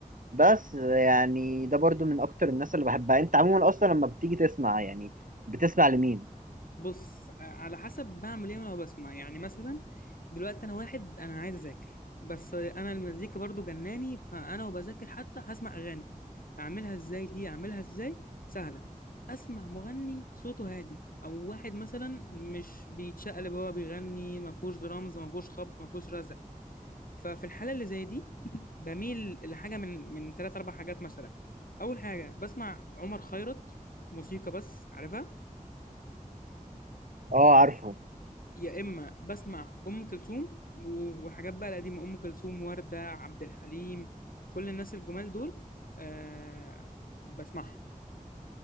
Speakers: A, on the right; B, on the left.
A: بس يعني ده برضو من اكتر الناس اللي بحبها انت عموما اصلا لما بتيجي تسمع يعني بتسمع لمين
B: بص على حسب بعمل ايه وانا بسمع يعني مثلا دلوقتي انا واحد انا عايز اذاكر بس انا المزيكا برضو جناني فانا وبذاكر حتى هسمع اغاني اعملها ازاي دي اعملها ازاي سهله اسمع مغني صوته هادي او واحد مثلا مش بيتشقلب وهو بيغني ما فيهوش درامز ما فيهوش خبط ما فيهوش رزع ففي الحاله اللي زي دي بميل لحاجه من من ثلاث اربع حاجات مثلا اول حاجه بسمع عمر خيرت موسيقى بس عارفها
A: اه عارفه
B: يا اما بسمع ام كلثوم و- والحاجات بقى القديمه ام كلثوم ورده عبد الحليم كل الناس الجمال دول آه بسمعهم